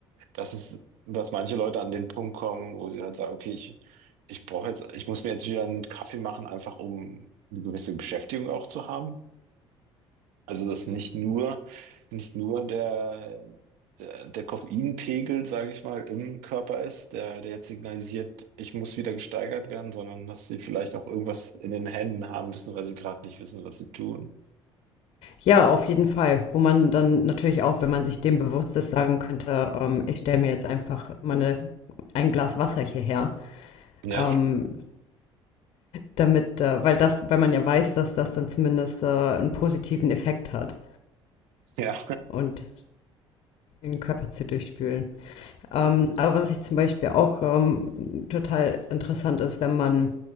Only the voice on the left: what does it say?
Ja, auf jeden Fall. Wo man dann natürlich auch, wenn man sich dem bewusst ist, sagen könnte, ähm, ich stelle mir jetzt einfach mal 'ne ein Glas Wasser hierher,
ähm, damit, äh weil das weil man ja weiß, dass das dann zumindest, äh, 'n positiven Effekt hat
und den Körper zu durchspülen. Ähm, aber was ich zum Beispiel auch, ähm, total interessant ist, wenn man